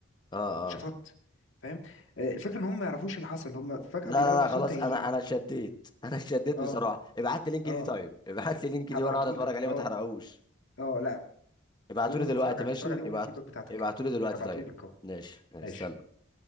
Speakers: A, on the left (about 20°); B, on the left (about 70°).
A: اه
B: شفط
A: اه
B: فاهم آه، الفكره ان هم ما يعرفوش اللي حصل هم فجاه
A: لا
B: بيلاقوا
A: لا
B: نفسهم
A: لا خلاص
B: تايهين
A: انا انا شديت <laughs> انا شديت بصراحة
B: اه
A: ابعت لي لينك
B: اه
A: دي طيب ابعت لي لينك
B: هبعتهولك
A: دي وانا اقعد اتفرج عليه
B: اه
A: ما تحرقوش
B: اه لا
A: ابعتوا
B: لازم
A: لي دلوقتي
B: تتفرج عليه
A: ماشي
B: اتفرج عليه وقول
A: ابعت
B: الفيدباك بتاعتك
A: ابعتوا لي دلوقتي
B: هبعتهولك
A: طيب
B: اهو
A: ماشي ماشي.
B: ماشي
A: سلام